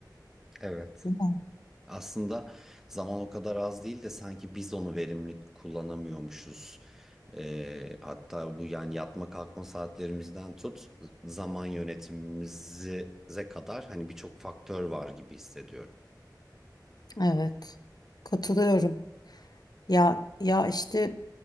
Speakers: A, in the centre; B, on the left.
A: Evet.
B: Değil mi?
A: Aslında zaman o kadar az değil de sanki biz onu verimli kullanamıyormuşuz. Ee, hatta bu yani yatma kalkma saatlerimizden tut zaman yönetimimize kadar hani birçok faktör var gibi hissediyorum.
B: Evet katılıyorum. Ya ya işte